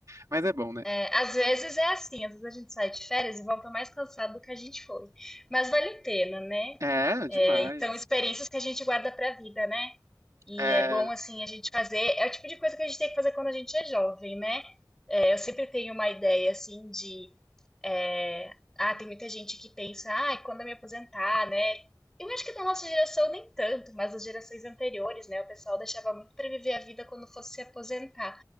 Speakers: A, on the right; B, in the centre.
A: Mas é bom, né?
B: É, às vezes é assim, às vezes a gente sai de férias e volta mais cansado do que a gente foi. Mas vale a pena, né?
A: É,
B: É,
A: demais.
B: e são experiências que a gente guarda pra vida, né? E
A: É,
B: é bom, assim, a gente fazer. É o tipo de coisa que a gente tem que fazer quando a gente é jovem, né? É, eu sempre tenho uma ideia, assim, de É, Ah, tem muita gente que pensa, ah, quando eu me aposentar, né? Eu acho que da nossa geração nem tanto, mas as gerações anteriores, né? O pessoal deixava muito para viver a vida quando fosse se aposentar.